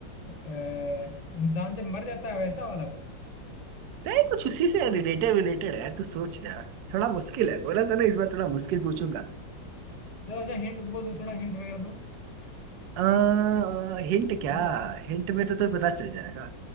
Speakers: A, on the left (about 70°); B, on the right (about 70°).
A: अ, इंसान जब मर जाता है वैसा वाला कुछ
B: नहीं कुछ उसी से रिलेटेड रिलेटेड है तू सोच ले थोड़ा मुश्किल है बोला था ना इस बार थोड़ा मुश्किल पूछूंगा
A: थोड़ा अच्छा हिंट वो दो थोड़ा हिंट वगैरह दो
B: आ, हिंट क्या
A: मतलब
B: हिंट में तो तुझे पता चल जाएगा